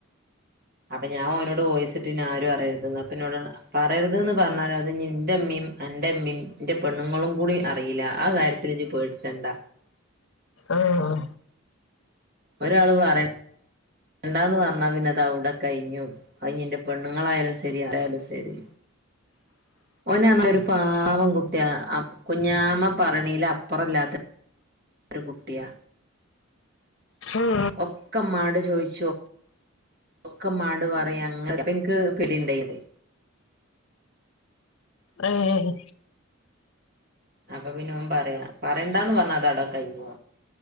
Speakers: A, on the right (about 45°); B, on the left (about 60°).
A: അപ്പൊ ഞാൻ ഓനോട് വോയിസ്‌ വീട്ടിനി ആരും അറിയരുത്ന്ന് അപ്പ ഇന്നോട് പറഞ് പറയരുത് പറഞ്ഞാലും അത് ഇന്റെ ഇമ്മീം അന്റെ ഇമ്മീം ഇന്റെ പെണ്ണുങ്ങളും കൂടി അറീല്ല ആ കാര്യത്തില് ഇജ് പേട്ച്ചണ്ട
B: ഉം
A: ഒരാള് പറ ണ്ടാന്ന് പറഞ്ഞാ പിന്നത് അവ്ടെ കഴിഞ്ഞു അത് ന്റെ പെണ്ണുങ്ങളായാലും ശരി ആയാലും ശരി ഓന് ആ പറ ഒരു പാവം കുട്ടിയാ കുഞ്ഞാമ്മ പറിണില് അപ്പറം ഇല്ലാത്ത ഒരു കുട്ടിയാ
B: ഉം
A: ഒക്ക മ്മാട് ചോയിച്ചോ ഒക്കമാട് പറയാ അങ്ങൻതോൽക്ക്‌ <unintelligible>
B: ഏയ്
A: അപ്പൊ പിന്നെ ഓൻ പറയാ പറേണ്ടാന്ന് പറഞ്ഞ അത് അവിടെ കഴിഞ്ഞു